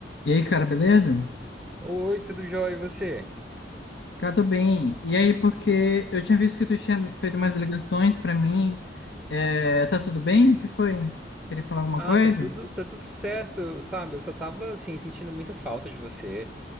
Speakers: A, on the left; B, in the centre.
A: E aí, cara, beleza?
B: Oi, tudo jóia, e você?
A: Cara, tô bem. E aí, porque eu tinha visto que tu tinha feito umas ligações pra mim. É, tá tudo bem? O que foi? Queria falar alguma
B: Ah,
A: coisa?
B: tá tudo, tá tudo certo, sabe? Eu só tava, assim, sentindo muita falta de você.